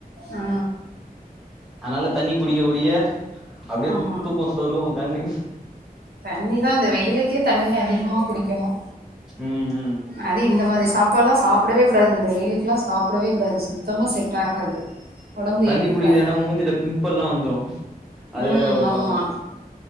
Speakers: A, on the right; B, in the centre.
A: ஆ
B: அதனால தண்ணி குடிக்க குடிக்க அப்டியே
A: ஆமா
B: தூக்கொ சொருவு கண்ணு
A: தண்ணிதா இந்த வெயிலுக்கே தண்ணி அதிகமா குடிக்கணு
B: ம் ம்
A: அது இந்த மாதிரி சாப்ட்லா சாப்புடவே கூடாது இந்த வெயிலுக்குலா சாப்புடவே கூடாது சுத்தமா செட் ஆகாது ஒடம்பு
B: தண்ணி
A: ஏத்துக்காது
B: குடிக்லனா மூஞ்சில பிம்பள்லா வந்துரு அது
A: ம்
B: வேற ஒரு
A: ஆமா
B: பக்கோ